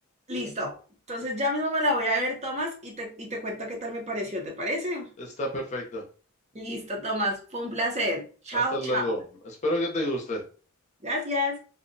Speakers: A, on the right; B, on the left.
A: Listo. Entonces ya mismo me la voy a ver, Tomás, y te, y te cuento qué tal me pareció, ¿te parece?
B: Está perfecta.
A: Listo, Tomás. Fue un placer. Chao,
B: Hasta luego.
A: chao.
B: Espero que te guste.
A: Gracias.